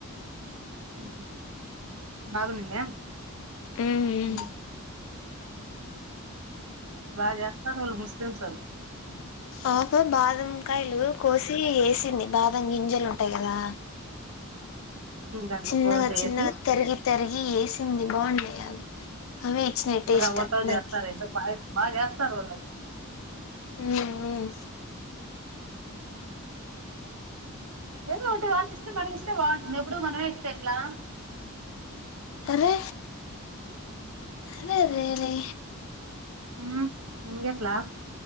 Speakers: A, on the right; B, on the left.
A: హు హ్ బాగునిందా
B: మ్మ్
A: ఉహ్మ్ బాగా చేస్తారు వాళ్ళు ముస్లిమ్స్ వళ్ళు
B: ఆఫం బాదంకాయలు కోసి వేస్ చ్చింది బాదం గింజలు ఉంటాయి కదా
A: దాంట్లో
B: చిన్నగ
A: పోసేసి
B: చిన్నగ తరిగిప్ తరిగి వేసింది బాగుండాయి అవి అవే ఇచ్చినాయి టేస్ట్
A: రవ్వతో
B: దానికి
A: జేస్తారు ఏందో పాయసమ జేస్ తరోల్లది
B: మ్మ్
A: లేదో ఒకటి వాళ్ళు ఇస్తే మనం ఇస్తే బాగుంటుంది. ఎప్పుడు మనమే ఇస్తే ఎట్లా
B: అరే అరే రే రే రే
A: హుమ్ ఇంగ్లీశ్లా